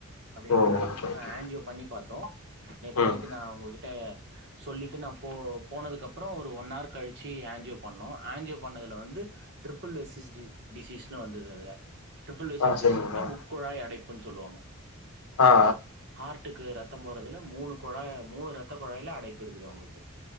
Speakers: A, on the right; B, on the left.
A: அப்படின்றதால
B: ஓ ஓகே ஓகே
A: ஆன்ஜியோ பண்ணி பாத்தோ நேத்து
B: ம்
A: நைட் உங்ககிட்ட சொல்லிட்டு நா போ போனதுக்கப்புறோ ஒரு ஒன் ஹர் கழிச்சு ஆன்ஜியோ பண்ணோ ஆன்ஜியோ பண்ணதுல வந்து டிரிபிள்விஸ்சிஸ் டி டிசீஸ்னு வந்தது அதுல ட்ரிபிள்விஸ்சிஸ்
B: ஆ
A: டிசீஸ்னா
B: சரிங்க ப்ரோ
A: முக்குழாய் அடைப்புன்னு சொல்லுவாங்க
B: ஆ
A: ஹார்டுக்கு ரத் தம் போறதில்ல மூணு குழாய மூணு ரத்த குழாய்ல அடைப்பு இருக்குது அவங்களுக்கு